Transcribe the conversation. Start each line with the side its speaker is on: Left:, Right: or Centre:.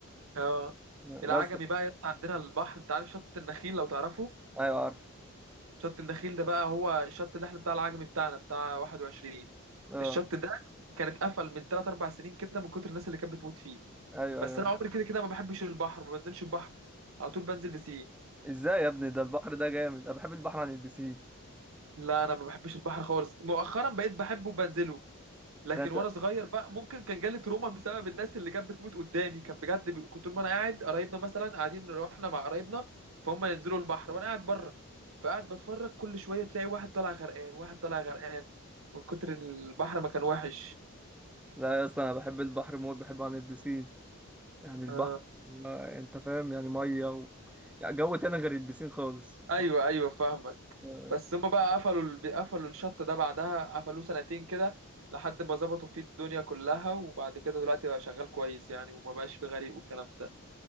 Right: اه
Centre: يا
Right: العجمي
Centre: اسطى
Right: بقى يا اسطى عندنا البحر انت عارف شط النخيل لو تعرفه
Centre: ايوه عارف
Right: شط النخيل ده بقى هو الشط اللي احنا بتاع العجمي بتاعنا بتاع 21
Centre: اه
Right: الشط ده كان اتقفل من 3 4 سنين كده من كتر الناس اللي كانت بتموت فيه
Centre: ايوه
Right: بس
Centre: ايوه
Right: انا عمري كده كده ما بحبش البحر ما بنزلش البحر على طول بنزل بسين
Centre: ازاي يا ابني ده البحر ده جامد انا بحب البحر عن البسين
Right: لا انا ما بحبش البحر خالص مؤخرا بقيت بحبه وبنزله لكن
Centre: لا انت
Right: وانا صغير بقى ممكن كان جالي تروما بسبب الناس اللي كانت بتموت قدامي كان بجد بي... كنت وانا قاعد قرايبنا مثلا قاعدين رحنا مع قرايبنا فهم ينزلوا البحر وانا قاعد بره فقاعد بتفرج كل شويه تلاقي واحد طالع غرقان واحد طالع غرقان من كتر البحر ما كان وحش
Centre: لا يا اسطى انا بحب البحر موت بحبه عن البسين يعني البحر
Right: آه.
Centre: آه، انت فاهم يعني ميه و... يعني جو تاني غير البسين خالص انت
Right: ايوه
Centre: فاهم؟
Right: ايوه فاهمك
Centre: آه.
Right: بس هم بقى قفلوا ال... قفلوا الشط ده بعدها قفلوه سنتين كده لحد ما ظبطوا فيه الدنيا كلها وبعد كده دلوقتي بقى شغال كويس يعني وما بقاش فيه غريق والكلام ده